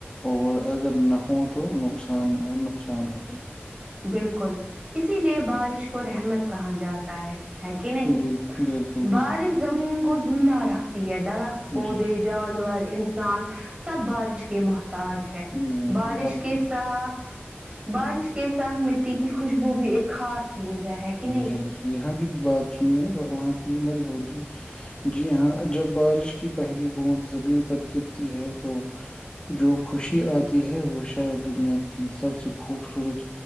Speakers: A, on the left (about 25°); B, on the right (about 25°).
A: اور اگر نہ ہوں تو نقصان نقصان ہوتا ہے
B: بالکل اسی لیے بارش کو کو رحمت کہاں جاتا ہے کہ ہے کہ نہیں
A: بالکل بالکل
B: بارش
A: بالکل
B: زمین کو زندہ رکھتی ہے درخت پودے
A: جی
B: جانور سان سب بارش کے موت تاج ہے
A: جی
B: بارش
A: جی،
B: کے ساتھ بارش کے ساتھ مٹی کی خوشبو بھی ایک خا چیز ہے کہ نہیں
A: جی جی یہاں بات سنیے نا ب وہاں کی مت بولیے جی ہاں جب بارش کی پہلی بوند زمین پر گرتی ہے تو جو خوشی آتی ہے وہ شاید دنیا کی سب سے خوبصورت